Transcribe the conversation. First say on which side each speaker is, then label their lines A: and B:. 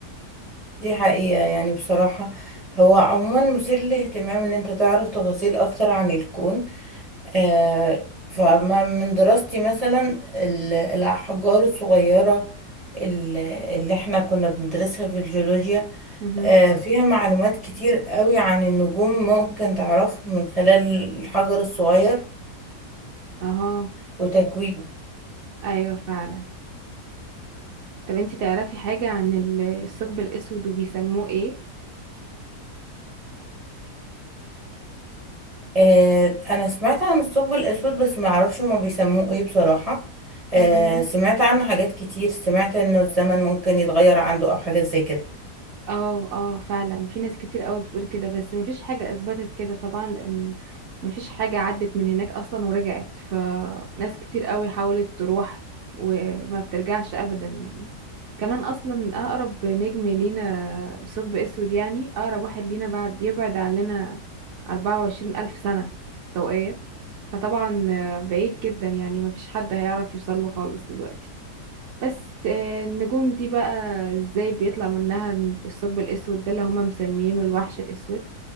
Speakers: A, on the right; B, on the right.
A: دي حقيقة يعني بصراحة هو عموما مثير للاهتمام ان انت تعرف تفاصيل اكتر عن الكون آه فما من دراستي مثلا ال- الاحجار الصغيرة ال- اللي احنا كنا بندرسها في الجيولوجيا
B: مهم.
A: آه، فيها معلومات كتير قوي عن النجوم ممكن تعرفه من خلال الحجر الصغير
B: اهو
A: وتكوينه
B: ايوه فعلا طب انتي تعرفي حاجة عن ال- الثقب الأسود وبيسموه ايه؟
A: آه، انا سمعت عن الثقب الاسود بس ما اعرفش هما بيسموه ايه بصراحة آه،
B: مهم.
A: سمعت عنه حاجات كتير سمعت انه الزمن ممكن يتغير عنده او حاجات زي كده
B: اه اه فعلا في ناس كتير قوي بتقول كده بس مفيش حاجة اثبتت كده طبعا لان مفيش حاجة عدت من هناك اصلا ورجعت فناس كتير قوي حاولت تروح وما بترجعش ابدا يعني كمان اصلا اقرب نجم لينا ثقب اسود يعني اقرب واحد لينا بعد يبعد عننا اربعة وعشرين الف سنة ضوئية فطبعا آه، بعيد جدا يعني مفيش حد هيعرف يوصل له خالص دلوقتي بس آه، النجوم دي بقى ازاي بيطلع منها الثقب الاسود ده اللي هما مسميينه الوحش الاسود